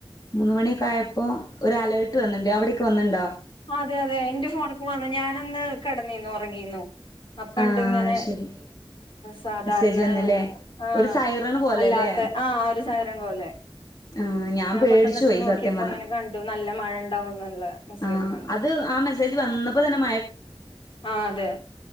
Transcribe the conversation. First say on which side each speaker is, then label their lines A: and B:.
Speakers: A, on the left; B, on the left.
A: മൂന്ന് മണിയൊക്കെ ആയപ്പോ ഒരു അലേർട്ട് വന്നുണ്ട് അവിടെയൊക്ക് വന്നുണ്ടോ
B: അതെ അതെ എന്റെ ഫോണക്ക് വന്ന ഞാൻ ന്ന് കടന്നന്നു ഉറങ്ങീന്നു അപ്പ
A: ആഹ്
B: ഇണ്ട് ഇങ്ങനെ
A: അത് ശരി
B: സാധാരണ
A: മെസ്സേജ് വന്നില്ലേ
B: ആഹ
A: ഒരു സൈറൺ പോലെല്ലേ
B: അല്ലാത്ത ആ ഒരു സഹരം പോലെ
A: ആഹ്
B: ഞാൻ
A: പേടിച്ചു
B: പെട്ടെന്നടുത്ത്
A: പോയി
B: നോക്കിയപ്പോ
A: സത്യം പറഞ്ഞ
B: അങ്ങനെ കണ്ടു നല്ല മഴ ഇണ്ടാവുംന്നുള്ള മെസ്സേജ്
A: ആഹ്
B: കണ്ടു
A: അത് ആ മെസ്സേജ് വന്നപ്പോ തന്നെ
B: ആ അതെ